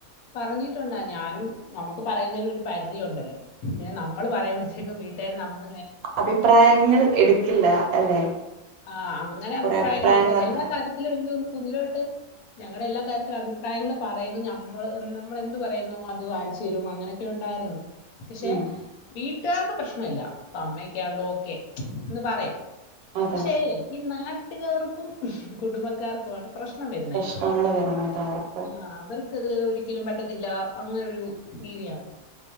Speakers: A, on the left (about 75°); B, on the right (about 75°).
A: പറഞ്ഞിട്ടുണ്ട് ഞാനും നമുക്ക് പറയുന്നതിനൊരു പരിധിയുണ്ടല്ലോ പിന്നെ നമ്മള് പറയുബോത്തോയ്ക്ക് വീ ട്ടേര് നമ്മക്ക്
B: അഭിപ്രായങ്ങൾ എടുക്കില്ല അല്ലെ?
A: ആ അങ്ങനെ അഭിപ്രായങ്ങളില്ല
B: കൊറെ അഭിപ്രായങ്ങളൊക്കെ
A: എല്ലാ കാര്യത്തിലും എനിക്കൊന്ന് കുഞ്ഞിലോട്ട് ഞങ്ങടെ എല്ലാ കാര്യത്തിലും അഭിപ്രായങ്ങള് പറയുന്നു ഞമ്മൾ നമ്മൾ എന്ത് പറയുന്നോ അത് വാങ്ങിച്ചേരും അങ്ങനെയൊക്കെയു ണ്ടാരുന്നു. പഷേ
B: ഉം
A: വീട്ടാർക്ക് പ്രശ്നെല്ല അമ്മക്കെള്ളോക്കെ ന്ന് പറയും.
B: അതെ
A: പഷേ ഈ നാട്ടുകാർക്കും കുടുംബക്കാർക്കും ആണ് പ്രശ്ണം വരുന്നേ
B: പ്രശ്നങ്ങള് വരുന്നത് ഉറപ്പ്
A: ആഹ് അവർ ത് ഒരിക്കലും പറ്റത്തില്ലാ അങ്ങനൊരു രീതിയാണ്.